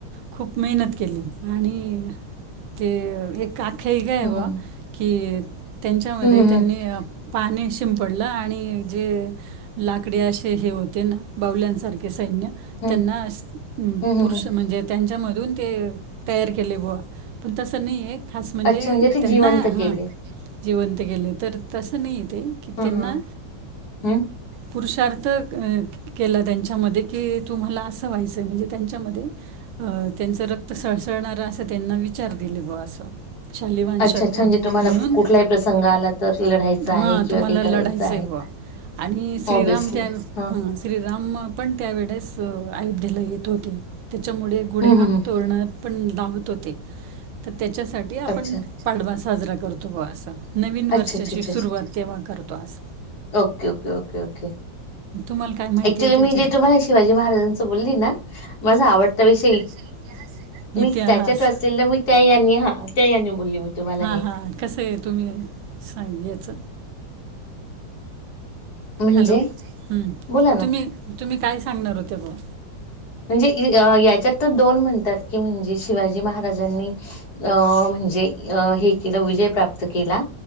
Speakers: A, on the right; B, on the left.
A: खूंप मेहनत केली आणि ते एक. अख्या हं कां आहे
B: हम्म
A: बां की त्यांच्यामध्ये
B: हम्म हम्म हम्म
A: त्यांनी.
B: हम्म
A: पाणी शिंपडलं आणि जे. लाकडे असे हे होते नां बावल्यांसारखे सैन्य.
B: हम्म
A: त्यांना
B: हम्म
A: पुरुष
B: हम्म
A: म्हणजेत. त्यांच्यामधूंन ते तयार केले बुवां पणं तसं नाहीं आहे एक खांस म्हणजे
B: अच्छा ते
A: त्यांना
B: जिवंत
A: हां
B: केले.
A: जिवंत केेले तरं तसं नाहीं तेे की
B: ह
A: त्यांना.
B: ह हम्म
A: पुरुषार्थ केलां त्यांच्यामध्ये की. तुम्हांला असं व्हायचंय आहे म्हणजे त्यांच्यामध्ये. अं त्यांचं रक्तं सळसळणांरा असं त्यांना विचार दिले बां असं. शालिवांश
B: अच्छा अच्छा
A: कां
B: म्हणजे तुम्हाला
A: म्हणूनंग
B: कुठलाही प्रसंग आला तर लढायचा
A: हां
B: आहे किंवा
A: तुम्हांला
B: काही करायचं
A: लढायचंय आहे बां म्हणूंन आणि श्रीराम
B: ऑब्विसली
A: त्यां.
B: हा
A: हां श्रीराम पणं त्यांवेेळेस अयोध्येला येतं होते त्यांच्यामुळे. गुढ्यां
B: हम्म हम्म हम्म
A: तोरण पणं लावतं होते तरं त्यांच्यासाठी आपणं.
B: अच्छा
A: पाडवां साजरां करतो असं नवीन
B: अच्छा
A: वर्षाची
B: अच्छा अच्छा
A: सुरुवांत
B: अच्छा
A: तेंव्हा करतो असं.
B: Okay okay okay okay.
A: तुम्हाला काय माहिती
B: अऍक्च्युली
A: आहे त्याच्यातलं
B: मी जे तुम्हांला शिवाजी महाराजांच बोलली नां माझां आवडता विषय
A: अस इतिहास आहे ना.
B: मी
A: इतिहास,
B: त्याच्यात वाचलेलं मी त्या यांनी हा त्या यांनी बोलली मी तुम्हाला
A: हा,
B: हे
A: हा कसय तुम्ही? संगीयाच.
B: म्हणजे
A: हॅलो, हम
B: बोला ना
A: तुम्ही, तुम्ही काय सांगणार होत्यासा?
B: म्हणजे, याच्यात तर दोन म्हणतात की म्हणजे शिवाजी महाराजांनी अं म्हणजे, अ हे केलं विजय प्राप्त केला.